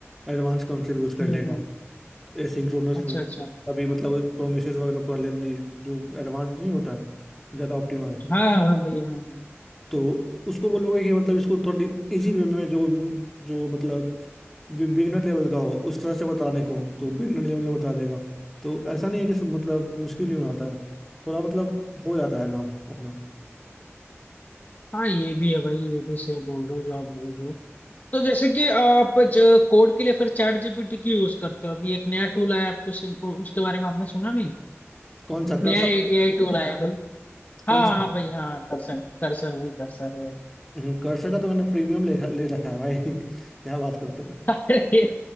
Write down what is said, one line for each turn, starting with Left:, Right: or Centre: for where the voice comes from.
Centre: एडवांस काउंटर यूज कर
Left: हम्म,
Centre: लेगा
Left: हम्म,
Centre: एसिंक्रोनस
Left: अच्छा
Centre: का
Left: अच्छा
Centre: भी मतलब प्रोमिसेस वगैरह पूरा लेंदी जो एडवांस नहीं होता है ज़्यादा ऑप्टिमाइज
Left: हाँ हाँ हाँ भाई हाँ हाँ
Centre: तो उसको बोलोगे कि मतलब इसको थोड़ी इजी वे में जो जो मतलब बिगनर लेवल का हो उस तरह से बताने को तो बिगनर लेवल में बता देगा तो ऐसा नहीं है कि सब मतलब मुश्किल ही बनाता है थोड़ा मतलब हो जाता है काम अपना
Left: हाँ ये भी है भाई ये भी सही बोल रहे हो जो आप बोल रहे हो तो जैसे कि आप जो कोड के लिए फिर चैट जीपीटी क्यों यूज करते हो अभी एक नया टूल आया आपको उस- उसके बारे में आपने सुना नहीं
Centre: कौन सा
Left: एक नया
Centre: कर्सर
Left: एआई टूल आया है भाई
Centre: कौन
Left: हाँ
Centre: सा
Left: हाँ भाई हाँ कर्सर कर्सर वही कर्सर है
Centre: हम्म, कर्सर का तो मैंने प्रीमियम ले ले रखा है भाई <laughs> क्या बात करते हो
Left: अरे